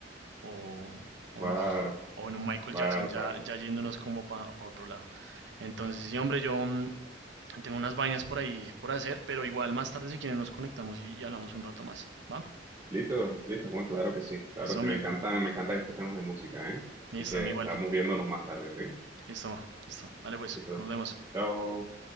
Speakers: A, on the right; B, on the right.
A: o, o
B: claro,
A: no, o en un Michael
B: claro,
A: Jackson, ya,
B: claro.
A: ya yéndonos como para otro lado. Entonces, sí, hombre, yo, mm, Tengo unas vainas por ahí por hacer, pero igual más tarde si quieren nos conectamos y, y hablamos un rato más. ¿Va?
B: Listo, listo, Juan, claro que sí. Claro,
A: Listo,
B: sí,
A: hombre.
B: me encantan, me encantan estos temas de música, ¿eh? Así
A: Listo,
B: que
A: a mí igual.
B: estamos viéndonos más tarde, ¿ok?
A: Listo, listo. Dale pues,
B: Listo.
A: nos vemos.
B: Chao.